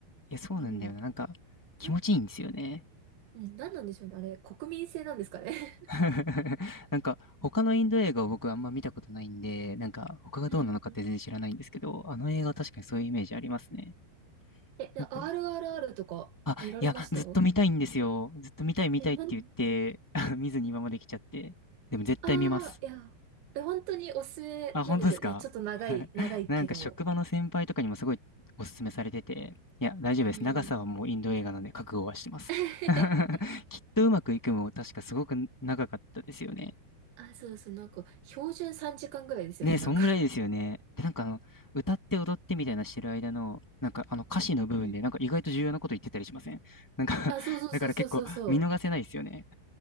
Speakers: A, on the left; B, on the right.
A: いや、そうなんだよな。
B: うん。
A: なんか、気持ちいいんですよね。
B: うん、うん、なんなんでしょうね、あれ、国民性なんですかね。
A: <laughs> なんか、他のインド映画を僕あんま見たことないんで、なんか、他がどうなのかって全然知らないんですけど、
B: <laughs> うん。
A: あの映画確かにそういうイメージありますね。
B: え、で
A: なんか、
B: RRR とか見られました
A: あ、いや、ずっと見たいんですよ。ずっと見たい見たいって言って、
B: え、ほん、
A: <laughs> 見ずに今まで来ちゃって。でも絶対見ます。
B: ああ、いや、え、本当におすすめなんですよ。
A: あ、本当ですか
B: いや、ちょっと長い、
A: <laughs>
B: 長いけど。
A: なんか職場の先輩とかにもすごいおすすめされてて、いや、大丈夫です。
B: うん。
A: 長さはもうインド映画なんで覚悟はしてます。
B: <laughs>
A: <laughs> きっとうまくいくも確かすごく長かったですよね。
B: あ、そうそう、なんか、標準3時間ぐらいですよね、
A: ねえ、そんぐらいですよね。
B: なんか
A: で、なんかあの、歌って踊ってみたいなしてる間の、なんかあの歌詞の部分でなんか意外と重要なこと言ってたりしません
B: うん。
A: <laughs> なんか
B: <laughs> あ、
A: <laughs>
B: そうそうそうそうそうそう。
A: だから結構見逃せないですよね。